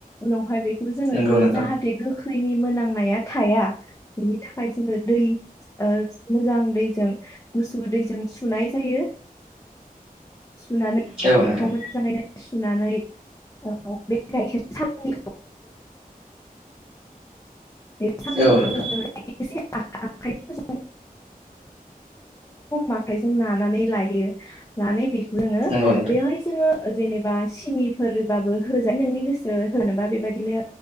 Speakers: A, on the left (about 20°); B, on the right (about 30°).
A: उनावहाय बे खौ जोङो
B: नंगौ
A: बे
B: नोंथां
A: जाहाथे गोख- खैनि मोनामनाया थाया, बिनि थाखाय जों दै ओ मोजां दैजों गुसु दैजों सुनाय जायो। सुनानै बेखौ
B: औ नोंथां
A: मोजाङैनो सुनानै औ बे गाइखेर <unintelligible> बे सावनिखौ
B: औ नोंथां
A: <unintelligible> <unintelligible> आखाइजों नानानै लायो लानानै बे लोंङो
B: नंगौ नोंथां
A: जोङो जेनेबा सिनिफोरबाबो होजायो नोंनि गोसो होनोबा बेबदिनो